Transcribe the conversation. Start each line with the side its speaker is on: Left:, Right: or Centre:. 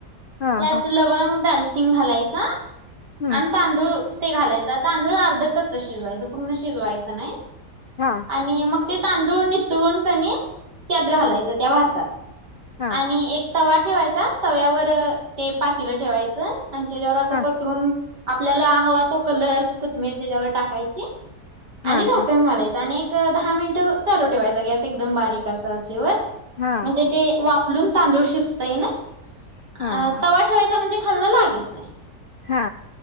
Left: हा
Right: त्यात
Left: हा.
Right: लवंग दालचिंग घालायचा
Left: हम्म
Right: आण् तांदूळ ते घालायचा तांदुळ अर्ध कच्च शिजवायचं पूर्ण शिजवायचं नाई.
Left: हा.
Right: आणि मग ते तांदूळ नितळून कनी त्यात घालायचं त्या भातात
Left: हा
Right: आणि एक तवा ठेवायचा तव्यावर ते पातीलं ठेवायचं अन त्याच्यावर असं
Left: हा
Right: पसरून आपल्याला हवा तो कलर कुथमिर त्याच्याव टाकायची
Left: हा
Right: आणि झाकण
Left: हा
Right: घालायच् अन एक दहा मीनटं चालू ठेवायचा गॅस एकदम बारीक असं आचेवर
Left: हा
Right: म्हणजे ते वाफ् फुलून तांदूळ शिजतय ना
Left: हा
Right: तवा ठेवायचा म्हणजे खालणं लागीत नाई.
Left: हा.